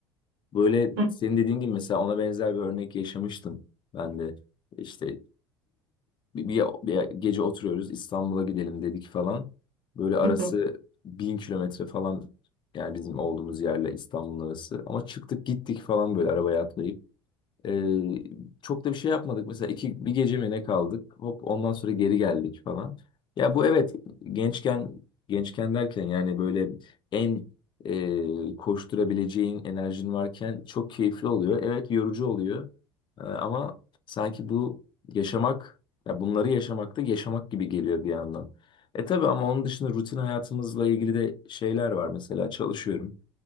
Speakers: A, on the left; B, on the right.
A: Böyle
B: <laughs>
A: senin dediğin gibi mesela ona benzer bir örnek yaşamıştım ben de. İşte e, bir, bir bir gece oturuyoruz İstanbul'a gidelim dedik falan. Böyle arası
B: Hı hı.
A: bin kilometre falan yani bizim olduğumuz yerle İstanbul'un arası. Ama çıktık gittik falan böyle arabaya atlayıp. Ee, çok da bir şey yapmadık. Mesela iki, bir gece mi ne kaldık? Hop ondan sonra geri geldik falan. Ya bu evet gençken gençken derken yani böyle en e, koşturabileceğin enerjin varken çok keyifli oluyor. Evet yorucu oluyor. Ee, ama sanki bu yaşamak ya bunları yaşamak da yaşamak gibi geliyor bir yandan. E tabii ama onun dışında rutin hayatımızla ilgili de şeyler var. Mesela çalışıyorum.